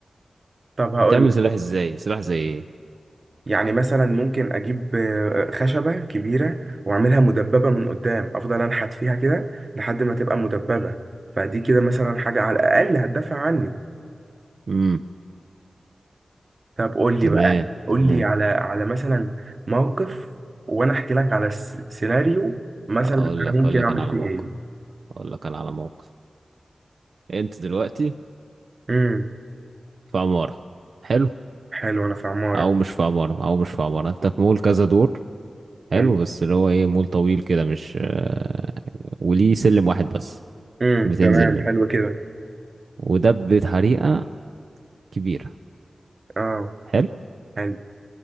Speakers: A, on the right (about 45°); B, on the right (about 75°).
A: طب هقول
B: هتعمل سلاح ازاي سلاح زي ايه
A: يعني مثلا ممكن اجيب آه، خشبة كبيرة واعملها مدببة من قدام افضل انحت فيها كده لحد ما تبقى مدببة فدي كده مثلا حاجة على الاقل هتدافع عني
B: امم
A: طب قول لي
B: تمام
A: بقى قول
B: تمام
A: لي على على مثلا موقف وانا احكي لك على س- سيناريو مثلا
B: اقول
A: انا
B: لك اقول
A: ممكن
B: لك
A: اعمل
B: انا على
A: فيه
B: موقف
A: ايه
B: اقول لك انا على موقف انت دلوقتي
A: امم
B: في عمارة حلو
A: حلو انا في عمارة
B: او مش في عمارة او مش في عمارة انت في مول كذا دور حلو
A: تمام
B: بس اللي هو ايه مول طويل كده مش آه، وليه سلم واحد بس
A: امم
B: بتنزل
A: تمام
B: منه
A: حلو كده
B: وده بطريقة كبيرة
A: اه
B: حلو
A: يعني